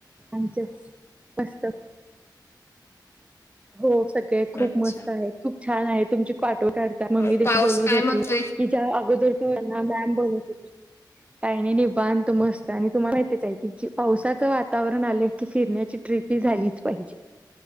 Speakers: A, on the right; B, on the left.
A: आमच्यात मस्त हो सगळे खूप
B: अच्छा
A: मस्त आहेत. खूप छान आहे तुमची कॉट फोटो काढता. मम्मी
B: अ,
A: देखील
B: पाऊस
A: बोलत
B: काय
A: होती,
B: म्हणतोय
A: कि ज्या अगोदर तूना मॅम बोलत होती. काही नाई निवांत मस्त आणि तुम्हाला हितच आहे, की जी पावसाचं वातावरण आलंय की फिरण्याची ट्रीप प ही झालीच पाहिजे.